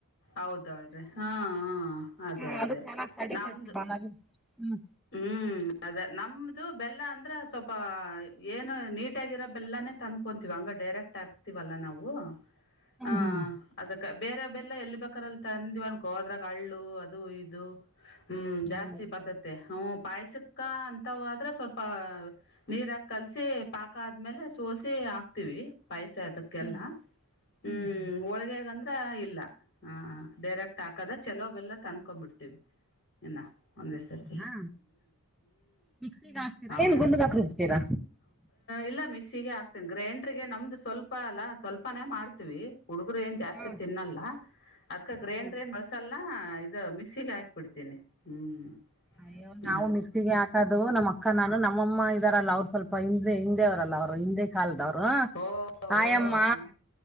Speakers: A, on the left (about 55°); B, in the centre.
A: ಹೌದಲ್ರಿ ಹಾಂ ಹಾಂ ಅದೇ
B: ಹ್ಮ
A: ಅದೇ
B: ಅದು ಚೆನ್ನಾಗ್ ತಡತೈತಿ
A: ನಾವೊಂದು
B: ಮನಾಗ ಹ್ಮ್
A: ಹ್ಮ್ ಅದ ನಮ್ದು ಬೆಲ್ಲ ಅಂದ್ರ ಸ್ವಲ್ಪ ಏನು ನೀಟಾಗಿರ ಬೆಲ್ಲನೇ ತಂದ್ಕೊಂತೀವ ಹಂಗ ಡೈರೆಕ್ಟ್ ಆಗ್ತಿವಲ್ಲ ನಾವು ಹಾ
B: ಹ್ಞೂ
A: ಅದಕ್ಕ ಬೇರೆ ಬೆಲ್ಲ ಎಲ್ಲಿ ಬೇಕಾರಲ್ಲಿ ತಂದಿವ ಒನ್ಗೆ ಹೋದ್ರಾಗ ಹಳ್ಳು ಅದು ಇದು ಹ್ಮ್
B: ಹ್ಞೂ
A: ಜಾಸ್ತಿ ಬತ ಹ ಪಾಯಸಕ್ಕ ಅಂತ ಆದ್ರೆ ಸ್ವಲ್ಪ ನೀರಾಕ ಕಲ್ಸಿ ಪಾಕ ಆದ್ಮೇಲೆ ಸೋಸಿ ಹಾಕ್ತಿವಿ ಪೈಸೆ ಅದಕ್ಕೆಲ್ಲ
B: ಹ್ಞೂ ಹ್ಞೂ
A: ಹ್ಮ್ ಹೋಳ್ಗೆಗಂದ್ರ ಇಲ್ಲ ಹಾ ಡೈರೆಕ್ಟ್ ಹಾಕದ ಚಲೋ ಬೆಲ್ಲ ತಂದಕೊ್ಬಿಡ್ತೀವಿ ಇಲ್ಲ ಒಂದ ಸರ್
B: ಹಾ ಮಿಕ್ಸಿಗೆ ಹಾಕ್ತಿರಾ
A: ಹೌದು
B: ಗುಂಡಗ್ ಹಾಕ ಹ ಬಿಡ್ತರಾ
A: ಇಲ್ಲ ಮಿಕ್ಸಿಗೆ ಹಾಕ್ತೀನಿ ಗ್ರೈಂಡರ್ಗೆ ನಮ್ದು ಸ್ವಲ್ಪ ಅಲ್ಲ ಸ್ವಲ್ಪನೇ ಮಾಡ್ತೀವಿ ಹುಡುಗರು ಏನ್ ಜಾಸ್ತಿ
B: ಹ್ಞೂ
A: ತಿನ್ನಲ್ಲ ಅದ್ಕ ಗ್ರೈಂಡರ್
B: ಹ್ಞೂ
A: ಏನ್ ಬಳಸಲ್ಲ ಮಿಕ್ಸಿಗೆ ಹಾಕ್ಬಿಡ್ತೇನಿ ಹ್ಮ್
B: ಅಯ್ಯೋ ನಾವು
A: ಅದು
B: ಮಿಕ್ಸಿಗೆ ಹಾಕುದು ನಮ್ಮ ಅಕ್ಕ ನಾನು ನಮ್ಮ ನಮ್ಮಮ್ಮ ಇದ್ದಾರಲ್ಲ ಅವ್ರು ಸ್ವಲ್ಪ ಹಿಂದೆ ಹಿಂದೆ ಅವರ್ರಲ್ಲ ಅವ್ರು ಹಿಂದೆ ಕಾಲದವ್ರು
A: ಓ
B: ಆಯಮ್ಮ
A: ಹ್ಮ್